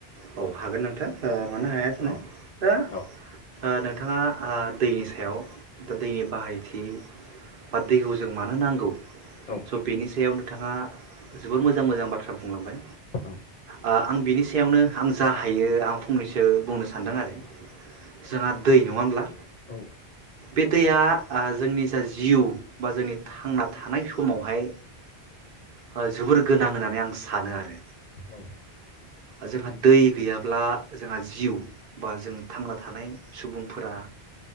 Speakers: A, on the right; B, on the left.
A: औ हागोन नोंथां ओ मानो हाया जानो
B: औ
A: दा
B: औ
A: ओ नोंथाङा ओ दैनि सायाव दा दैनि बाहायथि बा दैखौ जों मानो नांगौ
B: औ
A: स' बेनि सायाव नों थांङा जोबोर मोजां मोजां बाथ्रा बुंलांबाय
B: औ
A: ओ आं बिनि सेयावनो आं जा हायो आं फंनैसो बुंनो सानदों आरो। जोंहा दै नङा होमब्ला?
B: औ
A: बे दैया ओ जोंनि जा जिउ बा जोंनि थांना थानाय समावहाय ओ जोबोर गोनां होननानै आं सानो आरो।
B: औ
A: जोंहा दै गैयाब्ला जोंहा जिउ बा जों थांना थानाय सुबुंफोरा